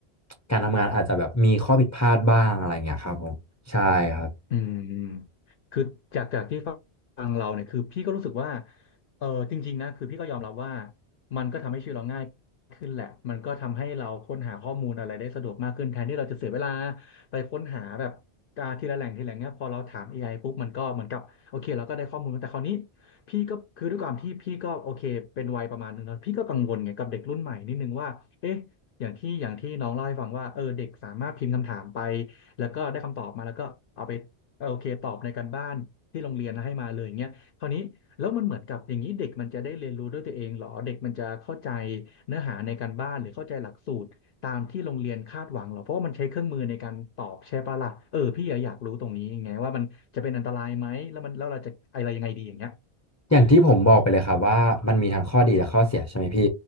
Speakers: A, on the left; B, on the left.
A: การทำงานอาจจะแบบมีข้อผิดพลาดบ้างอะไรเงี้ยครับผมใช่ครับ
B: อืมอืมคือจากจากที่ฟังเราเนี่ยคือพี่ก็รู้สึกว่าเออจริงๆนะคือพี่ก็ยอมรับว่ามันก็ทำให้ชีวิตเราง่ายขึ้นแหละมันก็ทำให้เราค้นหาข้อมูลอะไรได้สะดวกมากขึ้นแทนที่เราจะเสียเวลาไปค้นหาแบบอ่าทีละแหล่งทีละแหล่งเนี้ยพอเราถาม a อไอปุ๊บมันก็เหมือนกับโอเคเราก็ได้ข้อมูลแต่คราวนี้พี่ก็คือด้วยความที่พี่ก็โอเคเป็นวัยประมาณหนึ่งแล้วพี่ก็กังวลไงกับเด็กรุ่นใหม่นิดนึงว่าเอ๊ะอย่างที่อย่างที่น้องเล่าให้ฟังว่าเออเด็กสามารถพิมพ์คำถามไปแล้วก็ได้คำตอบมาแล้วก็เอาไป เออโอเคตอบในการบ้านที่โรงเรียนให้มาเลยเงี้ยคราวนี้แล้วมันเหมือนกับอย่างนี้เด็กมันจะได้เรียนรู้ด้วยตัวเองเหรอเด็กมันจะเข้าใจเนื้อหาในการบ้านหรือเข้าใจหลักสูตรตามที่โรงเรียนคาดหวังเหรอเพราะว่ามันใช้เครื่องมือในการตอบใช่ปะล่ะเออพี่อยากรู้ตรงนี้ไงว่ามันจะเป็นอันตรายไหมแล้วมันแล้วเราจะอะไรยังไงดีอย่างเงี้ย
A: อย่างที่ผมบอกไปเลยครับว่ามันมีทั้งข้อดีและข้อเสียใช่ไหมพี่